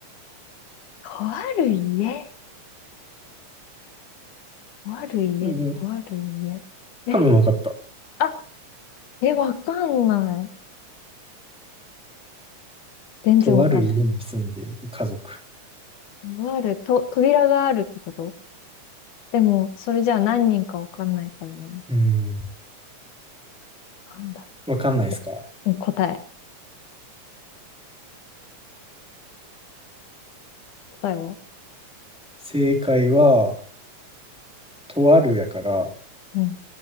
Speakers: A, on the left; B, in the centre.
A: とある家とある家、
B: うん、
A: とある家。え、
B: 多分分かった。
A: あ、え、わかんない。全然わかんない。
B: とある家に住んでいる家族。
A: とある、と、扉があるってことでも、それじゃあ何人かわかんないからな。
B: うん。
A: なんだろ
B: わかんないですか
A: う。えうん答え。答えは
B: 正解は、とあるやから、
A: うん。